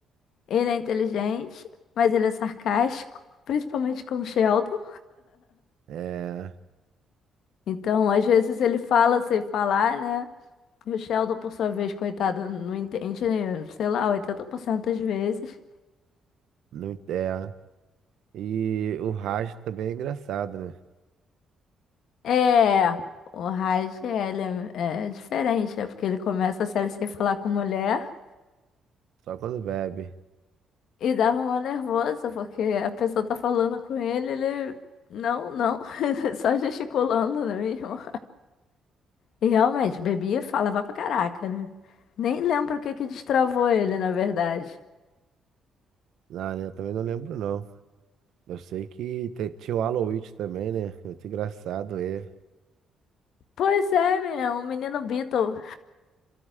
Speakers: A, on the left; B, on the right.
A: ele é inteligente, mas ele é sarcástico, principalmente com o Sheldon.
B: É,
A: Então, às vezes ele fala sem falar, né? E o Sheldon, por sua vez, coitado, não entende, sei lá, 80% das vezes.
B: não é. E o Raj também é engraçado, né?
A: É, o Raj, ele é, é diferente, é porque ele começa a série sem falar com mulher.
B: Só quando bebe.
A: E dava uma nervosa, porque a pessoa tá falando com ele, ele. Não, não. <laughs> Só gesticulando, não é mesmo? E realmente, bebia e falava pra caraca, né? Nem lembro o que que destravou ele, na verdade.
B: Ah, né? Eu também não lembro, não. Eu sei que te- tinha o Aloy também, né? Muito engraçado ele.
A: Pois é, menina, um menino Beatle.